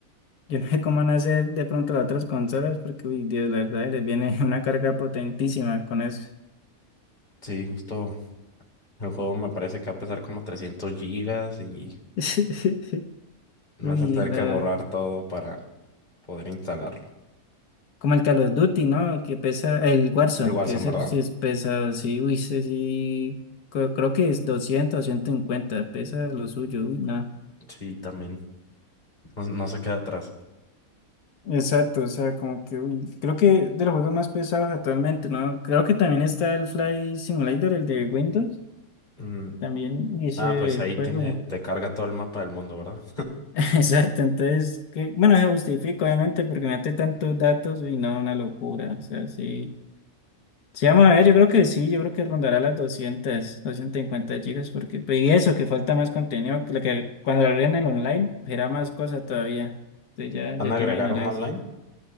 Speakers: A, on the left (about 85°); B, on the left (about 30°).
A: Yo no sé cómo van a hacer de pronto las otras consolas porque uy, Dios, la verdad les viene <laughs> una carga potentísima con eso.
B: Sí, justo el juego me parece que va a pesar como 300 gigas y
A: <laughs> Uy,
B: vas a tener
A: no.
B: que borrar todo para poder instalarlo.
A: Como el Call of Duty, ¿no? Que pesa el Warzone,
B: El Warzone,
A: que ese
B: ¿verdad?
A: sí es pesado, sí, uy, ese sí cre- creo que es 200 o 150, pesa lo suyo, uy, no.
B: Sí, también. No, no se queda atrás.
A: Exacto, o sea, como que, uy, creo que de los juegos más pesados actualmente, ¿no? Creo que también está el Flight Simulator, el de Windows,
B: Mm,
A: también, uy, ese
B: Ah, pues ahí
A: juego.
B: tiene, te carga todo el mapa del mundo, ¿verdad?
A: <laughs> Exacto, entonces, que, bueno, se justifica, obviamente, porque mete tantos datos, uy, no, una locura, o sea, sí. Sí, vamos a ver, yo creo que sí, yo creo que rondará las 200, cincuenta gigas, porque, pues, y eso, que falta más contenido, que, lo que cuando lo agreguen el online, será más cosa todavía, entonces ya,
B: ¿Van
A: ya
B: a
A: te
B: agregar
A: imaginarás.
B: un online?